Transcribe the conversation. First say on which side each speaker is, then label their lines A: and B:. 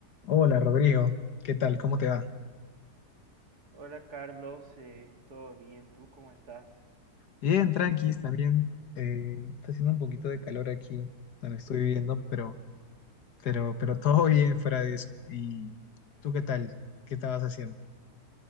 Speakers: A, on the left; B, on the right.
A: Hola Rodrigo, ¿qué tal? ¿Cómo te va?
B: Hola Carlos, eh, ¿todo bien? ¿Tú cómo estás?
A: Bien, tranquis también. eh, está haciendo un poquito de calor aquí donde estoy viviendo, pero, pero, pero todo <laughs> bien fuera de eso. ¿Y tú qué tal? ¿Qué estabas haciendo?